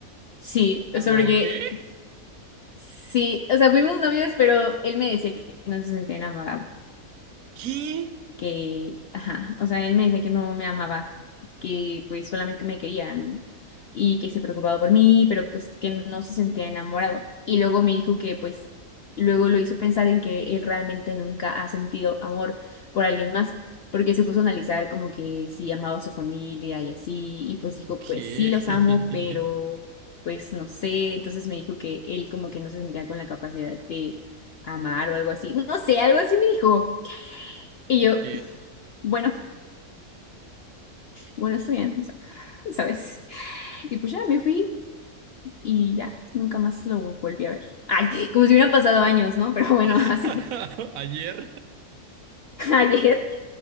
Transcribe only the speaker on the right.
¿Cómo
qué?
¿Qué?
Ok.
<laughs>
Ok.
<laughs>
Ayer.